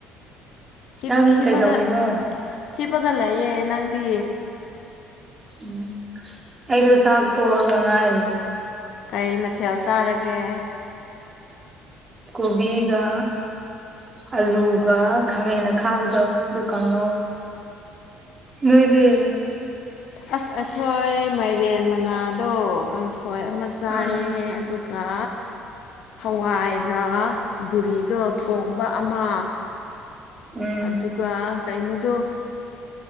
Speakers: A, on the left (about 60°); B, on the right (about 25°).
A: ꯍꯤꯞ
B: ꯅꯪ
A: ꯍꯤꯞꯄꯒ
B: ꯀꯩꯗꯧꯔꯤꯅꯣ
A: ꯍꯤꯞꯄꯒ ꯂꯩꯌꯦ ꯅꯪꯗꯤ
B: ꯎꯝ ꯑꯩꯗꯣ ꯆꯥꯛ ꯇꯣꯛꯑꯒ ꯉꯥꯏꯔꯤ
A: ꯀꯩ ꯃꯊꯦꯜ ꯆꯥꯔꯒꯦ
B: ꯀꯣꯕꯤꯒ ꯑꯂꯨꯒ ꯈꯥꯃꯦꯟ ꯑꯈꯥꯕꯤꯗꯣ ꯑꯗꯨ ꯀꯥꯡꯍꯧ ꯅꯣꯏꯗꯤ
A: ꯑꯁ ꯑꯩꯈꯣꯏ ꯃꯥꯏꯔꯦꯟ ꯃꯅꯥꯗꯣ ꯀꯥꯡꯁꯣꯏ ꯑꯃ ꯆꯥꯏꯌꯦ
B: ꯎꯝ
A: ꯑꯗꯨꯒ ꯒ ꯍꯋꯥꯏꯒ ꯕꯨꯔꯤꯗꯣ ꯊꯣꯡꯕ ꯑꯃ
B: ꯎꯝ
A: ꯑꯗꯨꯒ ꯀꯩꯅꯣꯗꯣ